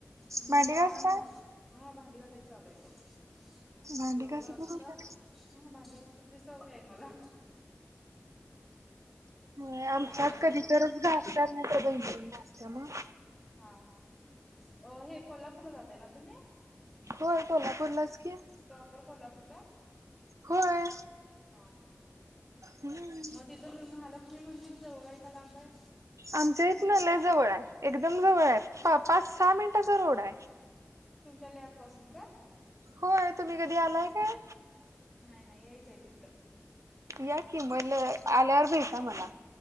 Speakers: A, in the centre; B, on the right.
A: ह
B: भांडी
A: निवांत
B: घासता?
A: तू हा भांडी घासायची. चालु आहेत बघा.
B: भांडी
A: जेवल
B: घासत
A: असता
B: नाही का?
A: हा भांडी घासत ती सवय ये मला
B: व्हय आमच्यात
A: हा मोबाईल
B: कधी तरच घासतात नाहीतर बहीण
A: <inaudible>
B: त्यामुळे
A: हा हा कोल्हापूरला जाताय हे ना तुम्ही
B: होय बोला बोलास की,
A: प्रॉपर कोल्हापूरला
B: होय.
A: हा हा
B: हम्म.
A: मग तिथ महालक्ष्मी मंदिर जवळ हाय का लांब हाय
B: आमच्या इथनं लय जवळ आहे. एकदम जवळ आहे. पाच सहा मिनिटाचा रोड हाय.
A: तुमच्या लॅब पासून का?
B: होय तुम्ही कधी आलाय काय?
A: नाही नाही यायचंय तिकडं
B: या की लय आल्यावर भेटा मला.